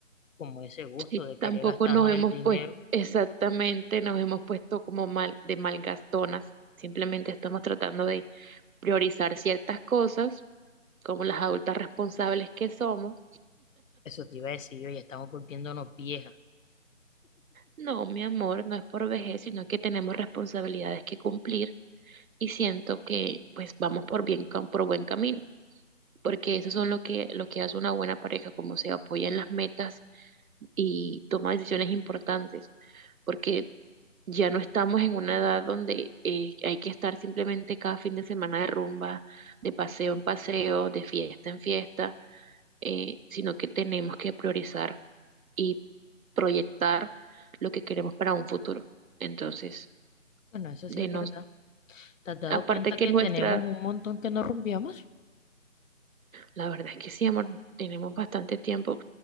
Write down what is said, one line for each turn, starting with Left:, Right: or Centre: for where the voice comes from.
Left: como ese gusto
Right: sí,
Left: de querer
Right: tampoco
Left: gastarnos
Right: nos hemos
Left: el dinero.
Right: puesto, exactamente, nos hemos puesto como mal, de malgastonas. Simplemente estamos tratando de priorizar ciertas cosas como las adultas responsables que somos.
Left: Eso te iba a decir yo, ya estamos volviéndonos viejas.
Right: No, mi amor, no es por vejez, sino que tenemos responsabilidades que cumplir y siento que pues vamos por bien, cam- por buen camino, porque eso son lo que, lo que hace una buena pareja, como se apoya en las metas y toma decisiones importantes, porque ya no estamos en una edad donde eh, hay que estar simplemente cada fin de semana de rumba, de paseo en paseo, de fiesta en fiesta eh, sino que tenemos que priorizar y proyectar lo que queremos para un futuro. Entonces,
Left: Bueno, eso
Right: de
Left: sí es
Right: nos,
Left: verdad. ¿Te has dado
Right: aparte
Left: cuenta
Right: que
Left: que
Right: nuestra,
Left: tenemos un montón que no rumbiamos?
Right: la verdad es que sí, amor, tenemos bastante tiempo.